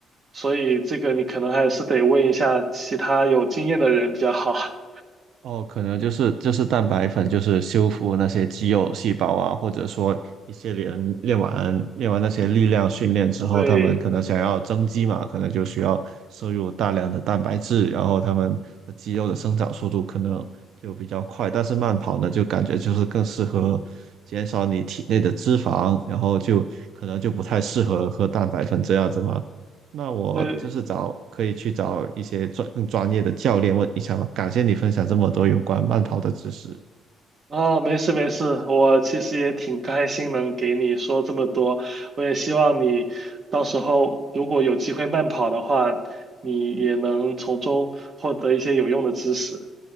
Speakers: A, on the right; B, on the right.
A: 所以这个你可能还是得问一下其他有经验的人比较好。<laughs>
B: 哦，可能就是就是蛋白粉，就是修复那些肌肉细胞啊，或者说练完练完那些力量训练之后，
A: 对，
B: 他们可能想要增肌嘛，可能就需要摄入大量的蛋白质，然后他们的肌肉的生长速度可能就比较快。但是慢跑呢，就感觉就是更适合减少你体内的脂肪，然后就可能就不太适合喝蛋白粉这样子嘛。那我就是找可以去找一些专更专业的教练问一下嘛。
A: 呃，
B: 感谢你分享这么多有关慢跑的知识。
A: 啊，没事没事，我其实也挺开心能给你说这么多，我也希望你到时候如果有机会慢跑的话，你也能从中获得一些有用的知识。